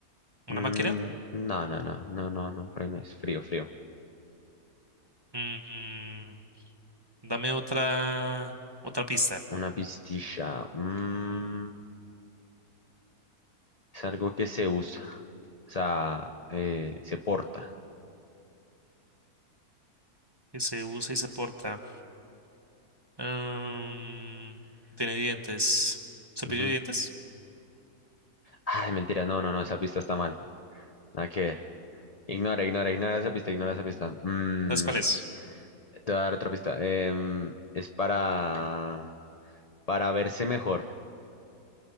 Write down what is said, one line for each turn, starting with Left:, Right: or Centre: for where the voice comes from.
Right: ¿Una
Left: Mm,
Right: máquina?
Left: no, no, no, no, no, no, por ahí no es. Frío, frío.
Right: Mm, dame otra, otra pista.
Left: Una pistilla. mm, es algo que se usa. O sea, eh, se porta.
Right: Que se usa y se porta. Ah, tiene dientes. ¿Cepillo
Left: Ujú.
Right: de dientes?
Left: Ay, mentira, no, no, no, esa pista está mal. Nada que ver. Ignora, ignora, ignora esa pista, ignora esa pista. Mm,
Right: ¿Las cuáles?
Left: te voy a dar otra pista. Em, es para, para verse mejor.